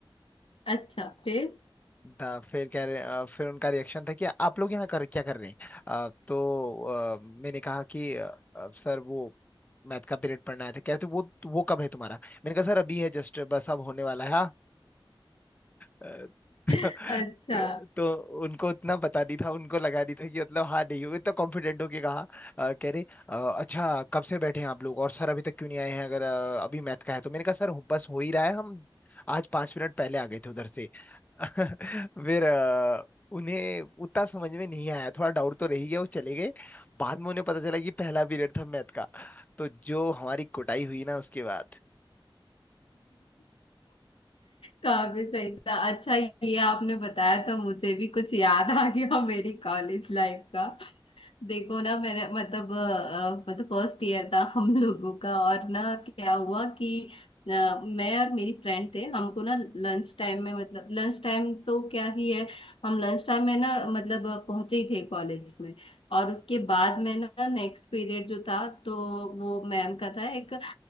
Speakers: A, on the left; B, on the left.
A: अच्छा फिर
B: था फिर कह रहे अ, फिर उनका रिएक्शन था कि आप लोग यहाँ कर क्या कर रहे हैं अ, तो अ, मैंने कहा कि अ, अ, सर वो मैथ का पीरियड पढ़ना आया था कहते वो वो कब है तुम्हारा मैंने कहा सर अभी है जस्ट बस अब होने वाला है अ, <laughs>
A: <laughs> अच्छा
B: तो, तो उनको इतना बता दी था उनको लगा दी था कि मतलब हाँ नहीं होगा इतना कॉन्फिडेंट होके कहा अ, कह रहे "अ, अच्छा कब से बैठे हैं आप लोग और सर अभी तक क्यों नहीं आए हैं अगर अ, अभी मैथ का है तो मैंने कहा सर बस हो ही रहा है हम आज पांच मिनट पहले आ गए थे उधर से <laughs> फिर अ, उन्हें उतना समझ में नहीं आया थोड़ा डाउट तो रह ही गया वो चले गए बाद में उन्हें पता चला कि पहला पीरियड था मैथ का तो जो हमारी कुटाई हुई ना उसके बाद
A: काफी सही था अच्छा ये आपने बताया तो मुझे भी कुछ याद आ गया मेरी कॉलेज लाइफ का देखो ना मैंने मतलब अ, मतलब फर्स्ट ईयर था हम लोगों का और ना क्या हुआ कि अ, मैं और मेरी फ्रेंड थे हमको ना लंच टाइम में मतलब लंच टाइम तो क्या ही है हम लंच टाइम में ना मतलब अ, पहुंचे ही थे कॉलेज में और उसके बाद में ना नेक्स्ट पीरियड जो था तो वो मैम का था एक